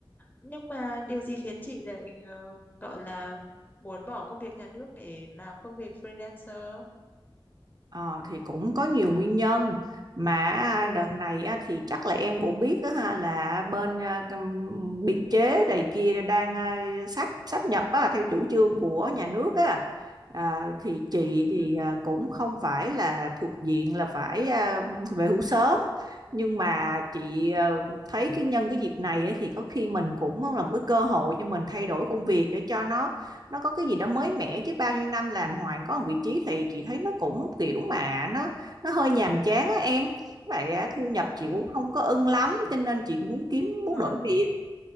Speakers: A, on the left (about 20°); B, on the right (about 45°).
A: Nhưng mà điều gì khiến chị lại ờ, gọi là muốn bỏ công việc nhà nước để làm công việc freelancer?
B: Ờ, thì cũng có nhiều nguyên nhân mà đợt này á, thì chắc là em cũng biết đó, ha, là bên à, ừm, biên chế này kia đang à, sát sát nhập á, theo chủ trương của nhà nước á. À, thì chị
A: Ừ, ừ,
B: thì à, cũng không phải là thuộc diện là phải à, về hưu sớm nhưng mà chị
A: ừ. hứ.
B: à, thấy cái nhân cái dịp này ấy, thì có khi mình cũng là một cái cơ hội cho mình thay đổi công việc để cho nó nó có cái gì đó mới mẻ chứ bao nhiêu năm làm hoài có một vị trí thì chị thấy nó cũng kiểu mà nó nó hơi nhàm chán á em vậy á, thu nhập chị
A: Ừ.
B: cũng không có ưng lắm cho nên chị muốn kiếm muốn
A: Ờ,
B: đổi việc